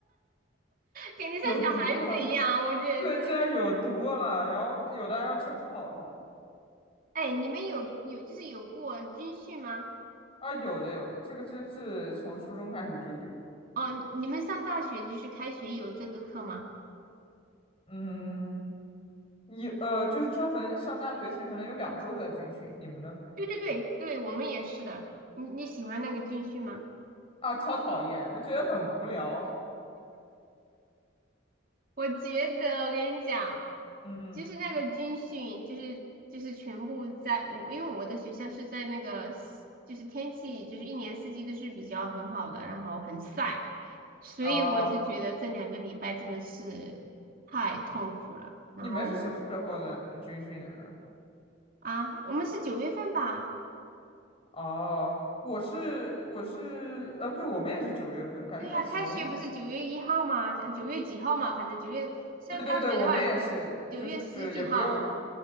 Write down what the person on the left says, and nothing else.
有毒啊，
对，这有毒啊，然后有的还要晨跑什么的
啊，有的有的，这个真是从初中开始就有，
嗯，有呃，就是专门上大学前可能有两周在军训，你们呢？
啊，超讨厌，我觉得很无聊，
嗯
啊。
你们是什么时候的军训的呢？
哦，我是我是呃，对，我们也是九月份，感觉还行。
对对对，我们也是，
就是也不用，